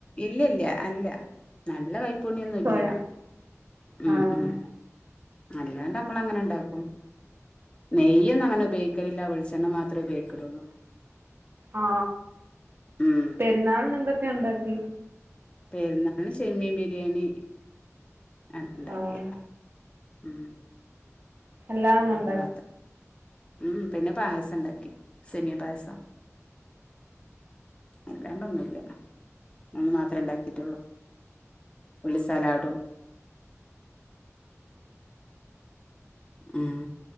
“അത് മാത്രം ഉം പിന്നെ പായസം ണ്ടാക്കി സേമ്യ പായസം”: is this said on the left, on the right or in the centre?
Left